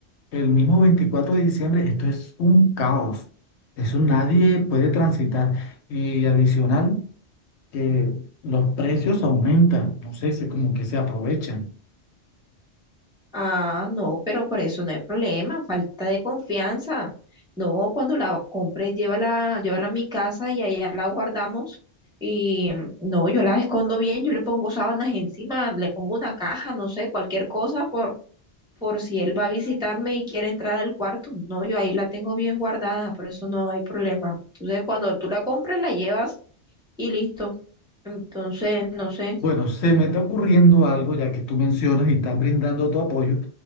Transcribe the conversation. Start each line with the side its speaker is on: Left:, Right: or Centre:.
Left: el mismo 24 de diciembre, esto es un caos. Eso nadie puede transitar. Y adicional que los precios aumentan, no sé, se como que se aprovechan.
Centre: Ah, no, pero por eso no hay problema, falta de confianza. No, cuando la compres, llévala, llévala a mi casa y allá la guardamos. Y mm, no, yo la escondo bien, yo le pongo sábanas encima, le pongo una caja, no sé, cualquier cosa por, por si él va a visitarme y quiere entrar al cuarto. No, yo ahí la tengo bien guardada, por eso no hay problema. Entonces, cuando tú la compres, la llevas y listo. Entonces, no sé.
Left: Bueno, se me está ocurriendo algo, ya que tú mencionas y estás brindando tu apoyo.